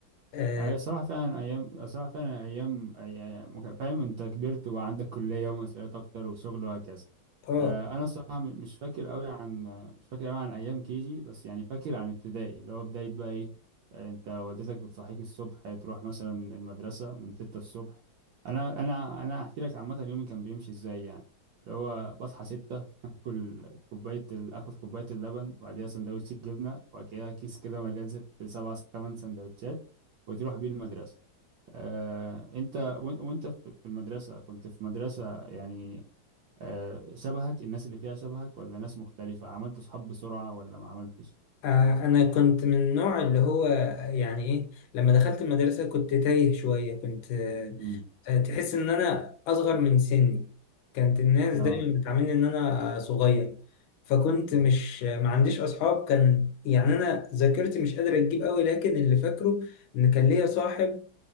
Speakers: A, on the left; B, on the right.
A: آه
B: آه، هي صراحة فعلا أيام صراحة فعلا أيام يعني مك- فاهم أنت كبرت وبقى عندك كلية ومسؤوليات أكتر وشغل وهكذا
A: آه،
B: آه، أنا صراحة م- مش فاكر أوي عن آه، مش فاكر أوي عن أيام كيجي بس يعني فاكر عن ابتدائي اللي هو بداية بقى إيه آه، أنت والدتك بتصحيك الصبح تروح مثلا المدرسة من ستة الصبح أنا أنا أنا هحكي لك عامة يومي كان بيمشي إزاي يعني اللي هو بصحى ستة <laughs> آكل كوباية ال- آخد كوباية اللبن وبعديها سندوتش الجبنة وبعد كده كيس كده مليان ست سبع تمن سندوتشات وتروح بيه المدرسة آه، انت وإن- وانت في في المدرسة كنت في مدرسة يعني آه، شبهك الناس اللي فيها شبهك ولا ناس مختلفة عملت صحاب بسرعة ولا ما عملتش
A: آه، أنا كنت من النوع اللي هو يعني إيه لما دخلت المدرسة كنت تايه شوية كنت آه،
B: امم
A: آه، تحس إن أنا أصغر من سني كانت الناس
B: اه
A: دايما بتعاملني إن أنا آه، صغير فكنت
B: مم.
A: مش ما عنديش أصحاب كان يعني أنا ذاكرتي مش قادرة تجيب قوي لكن اللي فاكره ان كان ليا صاحب